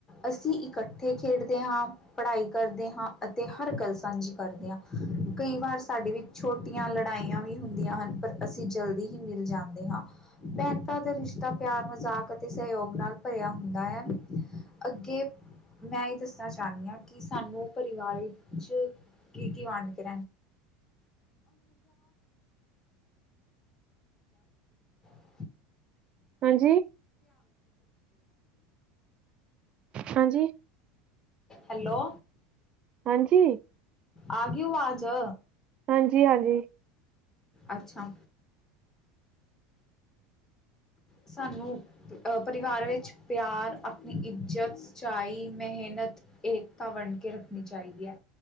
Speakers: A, on the left (about 20°); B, on the right (about 40°).
A: ਅਸੀਂ ਇਕੱਠੇ ਖੇਡਦੇ ਹਾਂ ਪੜ੍ਹਾਈ ਕਰਦੇ ਹਾਂ, ਅਤੇ ਹਰ ਗੱਲ ਸਾਂਝੀ ਕਰਦੇ ਹਾਂ, ਕਈ ਵਾਰ ਸਾਡੇ ਵਿੱਚ ਛੋਟੀਆਂ ਲੜਾਈਆਂ ਵੀ ਹੁੰਦੀਆਂ ਹਨ। ਪਰ ਅਸੀਂ ਜਲਦੀ ਹੀ ਮਿਲ ਜਾਂਦੇ ਹਾਂ। ਭੈਣ ਭਰਾ ਦਾ ਰਿਸ਼ਤਾ ਪਿਆਰ ਮਜ਼ਾਕ ਅਤੇ ਸਹਿਯੋਗ ਨਾਲ ਭਰਿਆ ਹੁੰਦਾ ਹੈ। ਅੱਗੇ ਮੈਂ ਇਹ ਦੱਸਣਾ ਚਾਹੁਨੀ ਹਾਂ। ਕਿ ਸਾਨੂੰ ਪਰਿਵਾਰ ਵਿੱਚ ਕੀ ਕੀ ਵੰਡ ਕੇ <inaudible> <unintelligible> <inaudible> <unintelligible>
B: ਹਾਂਜੀ ਹਾਂਜੀ
A: ਹੈਲੋ
B: ਹਾਂਜੀ
A: ਆ ਗੀ ਵਾਜ਼ <inaudible>
B: ਹਾਂਜੀ ਆਗੀ।
A: ਅੱਛਾ। ਸਾਨੂੰ ਅ ਪਰਿਵਾਰ ਵਿੱਚ ਪਿਆਰ ਅਪਣੀ ਇੱਜ਼ਤ, ਚਾਈ ਮਿਹਨਤ, ਏਕਤਾ ਵਡੰ ਕੇ ਰੱਖਣੀ ਚਾਇਦੀ ਅ।